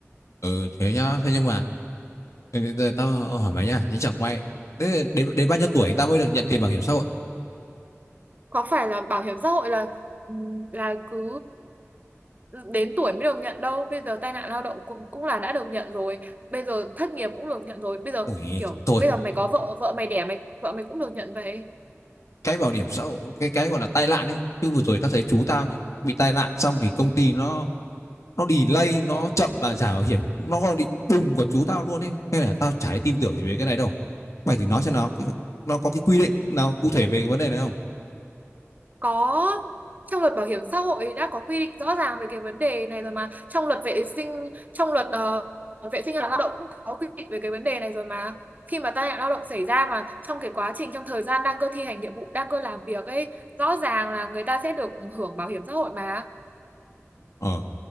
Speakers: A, on the left; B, on the right.
A: ừ thế nhá thế nhưng mà ừ, giờ tao hỏi mày nhá thế chẳng may thế đến, đến bao nhiêu tuổi ta mới được nhận tiền bảo hiểm xã hội
B: có phải là bảo hiểm xã hội là ừ, là cứ đến tuổi mới được nhận đâu bây giờ tai nạn lao động cũng cũng là đã được nhận rồi bây giờ thất nghiệp cũng được nhận rồi bây giờ
A: ui
B: kiểu
A: thôi
B: bây giờ mày có vợ vợ mày đẻ mày vợ mày cũng được nhận vậy
A: cái bảo hiểm xã hội cái cái gọi là tai nạn ấy chứ vừa rồi tao thấy chú tao nhá bị tai nạn xong thì công ty nó nó delay nó chậm và trả bảo hiểm nó còn bị bùng của chú tao luôn ấy nên là tao chả tin tưởng gì về cái này đâu mày thì nói xem nào cái, nó có cái quy định nào cụ thể về cái vấn đề này không
B: có trong luật bảo hiểm xã hội đã có quy định rõ ràng về cái vấn đề này rồi mà trong luật vệ sinh trong luật ờ, vệ sinh và lao động cũng có quy định về cái vấn đề này rồi mà khi mà tai nạn lao động xảy ra mà trong cái quá trình trong thời gian đang cơ thi hành nhiệm vụ đang cơ làm việc ấy rõ ràng là người ta sẽ được hưởng bảo hiểm xã hội mà
A: ờ